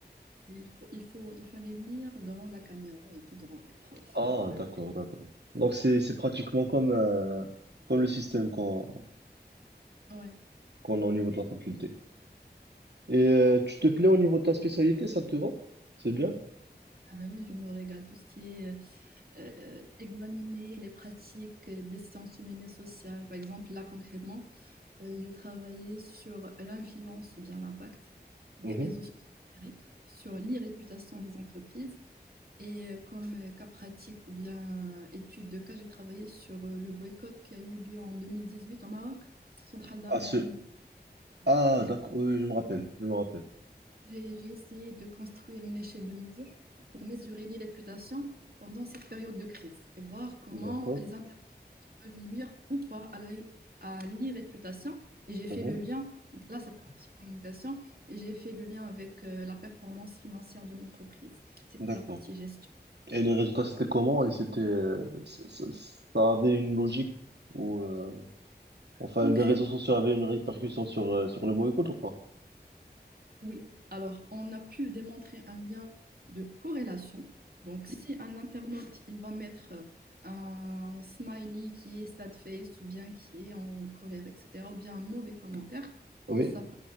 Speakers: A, on the right; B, on the right.
A: Et il faut, il faut, il fallait lire devant la caméra et tout devant les profs.
B: Ah,
A: euh, voilà.
B: d'accord, d'accord. Donc, c'est, c'est pratiquement comme, euh, comme le système qu'on
A: Ouais.
B: qu'on a au niveau de la faculté. Et euh, tu te plais au niveau de ta spécialité, ça te va? C'est bien?
A: Ah bah oui, je me régale. Tout ce qui est euh, euh, examiner les pratiques des sciences humaines et sociales. Par exemple, là concrètement, euh, j'ai travaillé sur l'influence ou bien l'impact des
B: Mhm.
A: réseaux sociaux numériques sur l'irréputation des entreprises. Et euh, comme euh, cas pratique ou bien euh, étude de cas, j'ai travaillé sur euh, le boycott qui a eu lieu en 2018 au Maroc, centrale d'Amman,
B: Ah, ce...
A: Afrique.
B: Ah,
A: J'ai
B: d'accord, oui, oui, je me rappelle, je me rappelle.
A: j'ai essayé de construire une échelle de mesure pour mesurer l'irréputation pendant cette période de crise et voir comment
B: D'accord.
A: les inter- peuvent nuire ou pas à la- à l'irréputation. Et j'ai fait
B: Mhm.
A: le lien, là c'est la partie communication, et j'ai fait le lien avec euh, la performance financière de l'entreprise. C'est pour
B: D'accord.
A: la partie gestion.
B: Et les résultats, c'était comment? Et c'était, euh, ça, ça- ça avait une logique ou, euh, enfin,
A: Concrètement,
B: les réseaux sociaux avaient une répercussion sur, euh, sur le boycott ou pas?
A: oui. Alors, on a pu démontrer un lien de corrélation. Donc, si un internaute, il va mettre euh, un smiley qui est sad face ou bien qui est en colère, etc., ou bien un mauvais commentaire,
B: Oui.
A: ça peut